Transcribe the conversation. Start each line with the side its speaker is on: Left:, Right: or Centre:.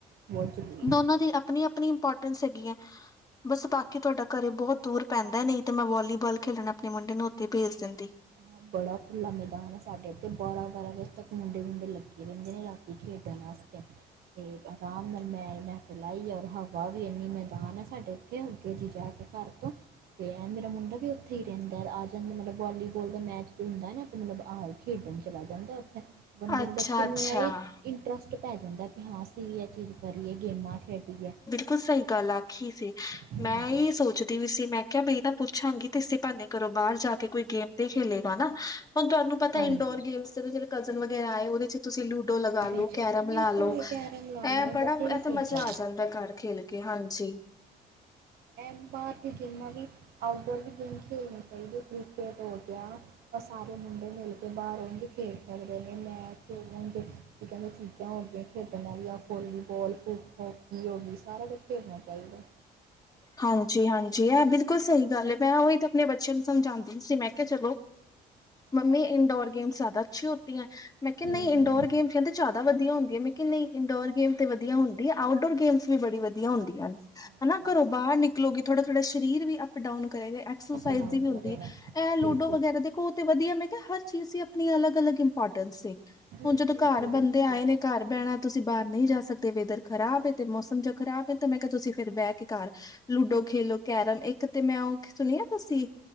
Right: ਬਹੁਤ ਜ਼ਰੂਰੀ ਹੈ
Left: ਦੋਨਾਂ ਦੀ ਆਪਣੀ-ਆਪਣੀ ਇੰਪੋਰਟੈਂਸ ਹੈਗੀ ਐ। ਬਸ ਬਾਕੀ ਤੁਹਾਡਾ ਘਰੇ ਬਹੁਤ ਦੂਰ ਪੈਂਦਾ ਨਈ 'ਤੇ ਮੈਂ ਵੋਲੀਬਾਲ ਖੇਲਣ ਆਪਣੇ ਮੁੰਡੇ ਨੂੰ ਤੇ ਭੇਜ ਦਿੰਦੀ।
Right: ਹਾਂ ਬੜਾ ਖੁੱਲਾ ਮੈਦਾਨ ਐ ਸਾਡੇ ਇੱਥੇ ਬਾਰਾਂ-ਬਾਰਾਂ ਵਜੇ ਤੱਕ ਮੁੰਡੇ-ਮੁੰਡੇ ਲੱਗੇ ਰੈਂਦੇ ਨੇ ਰਾ ਤੀ ਖੇਡਣ ਅਸਤੇ। 'ਤੇ ਅਰਾਮ ਨਾਲ ਮੈਂ, ਮੈਂ ਪਲਾਈ ਔਰ ਹਵਾ ਵੀ ਇੰਨੀ ਮੈਦਾਨ ਐ ਸਾਡੇ 'ਤੇ ਉਥੇ ਜ ਜਾ ਕੇ ਘਰ ਤੋਂ ਤੇ ਐ ਮੇਰਾ ਮੁੰਡਾ ਵੀ ਉੱਥੇ ਹੀ ਰੈਂਦਾ ਐਗਾ ਆ ਜਾਂਦਾ ਮਤਲਬ ਵੋਲੀ ਬੋਲ ਦਾ ਮੈਚ ਜੋ ਹੁੰਦਾ ਐ ਨਾ ਆਪ ਮਤਲਬ ਆਹ ਖੇਡਣ ਚਲਾ ਜਾਂਦਾ ਉਥੇ ਬੰਦੇ
Left: ਅੱਛਾ-ਅੱਛਾ
Right: ਨੂੰ, ਬੱਚੇ ਨੂੰ ਐ ਈ ਇੰਨਟਰਸਟ ਪੈ ਜਾਂਦਾ ਕਿ ਹਾਂ ਅਸੀਂ ਵੀ ਐ ਚੀਜ਼ ਕਰੀਏ ਗੇਮਾਂ ਖੇਡੀਏ।
Left: ਤੂੰ ਸਈ ਗੱਲ ਆਖੀ ਸੀ
Right: ਹਾਂਜੀ
Left: ਮੈਂ ਏਈ ਸੋਚਦੀ ਪੀ ਸੀ ਮੈਂ ਖੇਹਾ ਬੀ ਨਾ ਪੁੱਛਾਂਗੀ 'ਤੇੇ ਇਸੀ ਪਾਨੇ ਘਰੋ ਬਾਰ ਜਾ ਤੇ ਕੋਈ ਗੇਮ 'ਤੇ ਖੇਲੇਗਾ ਨਾ ਹੁਣ ਤੁਹਾਨੂੰ ਪਤਾ
Right: ਹਾਂਜੀ
Left: ਇੰਨਡੋਰ ਗੇਮਸ 'ਤੇ ਤੋਂ ਚਲੋ ਕਜ਼ਨ ਵਗੈਰਾ ਆਏ ਉਦੇ 'ਚ ਤੁਸੀਂ ਲੂਡੋ ਲਗਾ ਲੋ,
Right: ਉਹਦੇ 'ਚ
Left: ਕੈਰਮ
Right: ਬਿਲਕੁਲ
Left: ਲਾ ਲੋ
Right: ਕੈਰਮ ਲਾ
Left: ਐ
Right: ਲਓ
Left: ਬੜਾ
Right: ਬਥੇਰੀ
Left: ਐ 'ਤੇ
Right: ਚੀਜ਼ਾਂ
Left: ਮਜ਼ਾ ਆ ਜਾਂ ਦਾ ਘਰ ਖੇਲ ਕੇ ਹਾਂਜੀ।
Right: ਐ ਬਾਹਰ ਦੀ ਗੇਮਾਂ ਵੀ, ਆਊਟਡੋਰ ਵੀ ਗੇਮ ਖੇਡਨੇ ਚਾਈਦੇ ਕਿ੍ਕੇਟ ਹੋ ਗਿਆ ਆ ਸਾਰੇ ਮੁੰਡੇ ਮਿਲ ਕੇ ਬਾਰ ਉਝ ਖੇਡ ਸਕਦੇ ਨੇ ਮੈਚ ਉਝ ਕਿ ਕੈਂਦੇ ਚੀ ਜਾਂ ਹੋ ਗਿਆ ਖੇਡਣ ਆਲੀਆਂ ਵੋਲੀਬਲ ਫਿਰ ਹੋਕੀ ਹੋਗੀ ਸਾਰਾ ਕੁਛ ਖੇਡਣਾ ਚਾਈਦਾ।
Left: ਹਾਂਜੀ-ਹਾਂਜੀ ਐ ਬਿਲਕੁੱਲ ਸਈ ਗੱਲ ਏ ਮੈਂ ਉਹੀ 'ਤੇ ਆਪਣੇ ਬੱਚਿਆਂ ਨੂੰ ਸਮਝਾਦੀ ਪੀ ਸੀ ਮੈਂ ਕੇਆ ਚਲੋ ਮੰਮੀ ਇੰਡੋਰ ਗੇਮਸ ਜਿਆਦਾ ਅੱਛੀ ਹੋਤੀ ਐ ਮੈਂ ਕੇਆ
Right: ਹਮ,
Left: ਨਈ ਇੰਡੋਰ ਗੇਮ ਕੈਂਦੇ ਜਿਆਦਾ ਵਧੀਆ ਹੁੰਦੀ ਐ ਮੈ ਕੇਆ ਨਈ ਇੰਨਡੋਰ ਗੇਮ 'ਤੇ ਵਧੀਆ ਹੁੰਦੀ ਐ, ਆਊਟਡੋਰ ਗੇਮਸ ਵੀ ਬੜੀ ਵਧੀਆ ਹੁੰਦੀਆਂ ਨੇ।
Right: ਹਾਂਜੀ
Left: ਹਨਾ ਘਰੋਂ ਬਾਰ ਨਿਕਲੋਗੇ ਥੋੜਾ-ਥੋੜਾ ਸਰੀਰ ਵੀ ਅਪ-ਡਾਊਨ ਕਰੇਗਾ ਐਕ ਸੋਸਾਈਜ਼
Right: ਅਪ ਡਾਊਨ
Left: ਦੀ ਵੀ ਹੁੰਦੀ
Right: ਕਰੇਗਾ
Left: ਏ, ਐ ਲੂਡੋ
Right: ਬਿਲਕੁਲ
Left: ਵਗੈਰਾ ਦੇਖੋ 'ਤੇ ਵਧੀਆ ਮੈਂ ਕੇਹਾ ਹਰ ਚੀਜ਼ ਦੀ ਆਪਣੀ ਅਲੱਗ-ਅਲੱਗ ਇੰਪੋਰਟੈਂਸ ਸੇ,
Right: ਬਿਲਕੁਲ
Left: ਹੁਣ ਜਦੋਂ ਘਾਰ
Right: ਜੀ ਬਿਲਕੁਲ
Left: ਬੰਦੇ ਆਏ ਨੇ ਘਰ ਬੈਣਾ ਐ ਤੁਸੀਂ ਬਾਰ ਨਈ ਜਾ ਸਕਦੇ ਵੇਦਰ ਖਰਾਬ ਏ 'ਤੇ ਮੌਸਮ ਜਾ ਖਰਾਬ ਏ ਤੇ ਮੈਂ ਕੇਆ ਤੁਸੀਂ ਫੇਰ ਬੈ ਕੇ ਘਰ ਲੂਡੋ ਖੇਲੋ ਕੈਰਮ ਇੱਕ 'ਤੇ ਮੈਂ ਓ ਸੁਣੀ ਆ ਤੁਸੀਂ